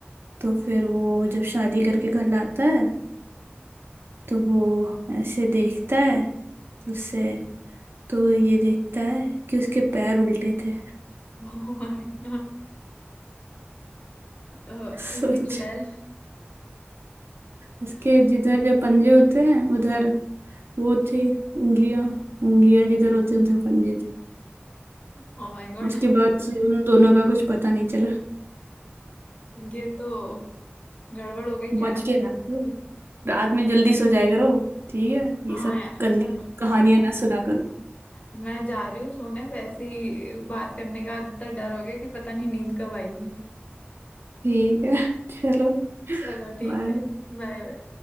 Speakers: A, on the right; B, on the left.
A: तो फिर वो जब शादी करके घर लाता है तो वो ऐसे देखता है तो उससे तो ये देखता है कि उसके पैर उल्टे थे
B: Oh my God उल्टी
A: <laughs> सोच
B: चुड़ैल
A: उसके जिधर जो पंजे होते हैं उधर वो थी उंगलियां उंगलियां जिधर होती हैं उधर पंजे थे
B: Oh my God
A: उसके बाद से उन दोनों का कुछ पता नहीं चला
B: ये तो गड़बड़ हो गई यार
A: बच के रात में रात में जल्दी सो जाया करो ठीक है
B: हाँ
A: ये सब
B: यार
A: गंदी
B: चलो
A: कहानियां
B: मैं,
A: ना सुना करो
B: मैं जा रही हूँ सोने वैसे ही बात करने का इतना डर हो गया कि पता नहीं नींद कब आएगी
A: ठीक है <laughs> चलो
B: चलो ठीक
A: बाय
B: है Bye bye